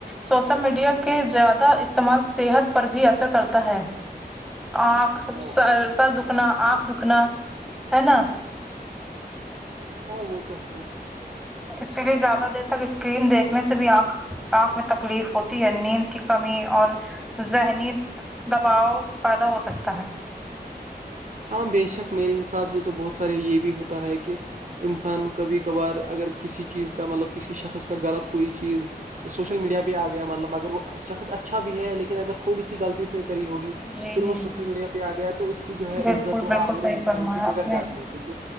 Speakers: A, in the centre; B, on the right.
A: سوشل میڈیا کے زیادہ استعمال صحت پر بھی اثر کرتا ہے آنکھ
B: ہاں
A: سر سر دکھنا آنکھ دکھنا ہے نا
B: ہاں وہ تو ہے
A: اسی لیے زیادہ دیر تک اسکرین دیکھنے سے بھی آنکھ آنکھ میں تکلیف ہوتی ہے نیند کی کمی اور ذہنی دباؤ پیدا ہو سکتا ہے
B: ہاں بےشک میرے حساب سے تو بہت سارے یہ بھی ہوتا ہے کہ انسان کبھی کبھار اگر کسی چیز کا مطلب کسی شخص کا غلط کوئی چیز سوشل میڈیا پہ آ گیا مطلب اگر وہ شخص اچھا بھی ہے لیکن اگر تھوڑی سی غلطی سے کری ہوگی
A: جی
B: پھر وہ
A: جی
B: سوشل میڈیا پہ آ گیا تو اس کی جو جو ہے
A: بالکل
B: عزت و
A: بالکل
B: عام
A: صحیح
B: انسان
A: فرمایا
B: کی بگڑ
A: آپ نے
B: جاتی ہے کیکہ